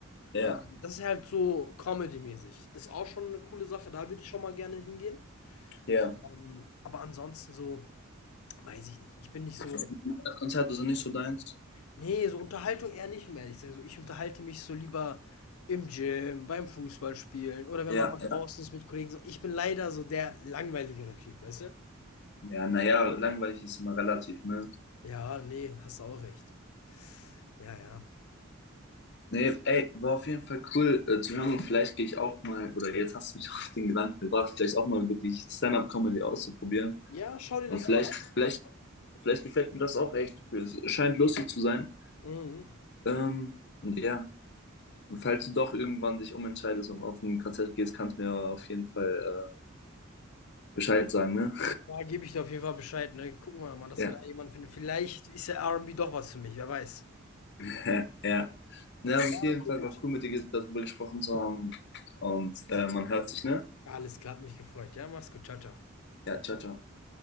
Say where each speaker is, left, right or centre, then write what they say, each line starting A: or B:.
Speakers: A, on the left; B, on the left.
A: ja,
B: Ähm, das ist halt so Comedy-mäßig. Ist auch schon eine coole Sache, da würde ich schon mal gerne hingehen.
A: ja.
B: Ähm, aber ansonsten so, weiß ich nicht. Ich bin nicht
A: Also,
B: so
A: normale Konzerte sind nicht so deins.
B: Nee, so Unterhaltung eher nicht, um ehrlich zu sein. So, ich unterhalte mich so lieber im Gym, beim Fußballspielen oder wenn
A: Ja,
B: man mal draußen
A: ja.
B: ist mit Kollegen. So, ich bin leider so der langweiligere Typ, weißt du?
A: Ja, naja, langweilig ist immer relativ, ne?
B: Ja, nee, hast auch recht. Ja, ja.
A: Nee, ey, war auf jeden Fall cool äh, zu hören und vielleicht gehe ich auch mal, oder jetzt hast du mich <laughs> auf den Gedanken gebracht, vielleicht auch mal wirklich Stand-up-Comedy auszuprobieren.
B: Ja, schau dir
A: Und
B: das
A: vielleicht,
B: mal an.
A: vielleicht, vielleicht gefällt mir das auch echt. Es scheint lustig zu sein.
B: Mhm. mhm.
A: Ähm, und ja, und falls
B: Ja,
A: du doch irgendwann dich umentscheidest und auf ein Konzert gehst, kannst du mir auf jeden Fall äh, Bescheid sagen, ne?
B: da gebe ich dir auf jeden Fall Bescheid, ne? Gucken wir mal, dass
A: Ja,
B: wir da jemanden finden. Vielleicht ist ja R und B doch was für mich, wer weiß.
A: <laughs> ja. Ja, aber
B: Ja,
A: auf jeden
B: okay,
A: Fall
B: gut.
A: war cool, mit dir darüber gesprochen zu haben. Und äh, man hört sich, ne?
B: Alles klar, hat mich gefreut. Ja, mach's gut. Ciao, ciao.
A: Ja, ciao, ciao.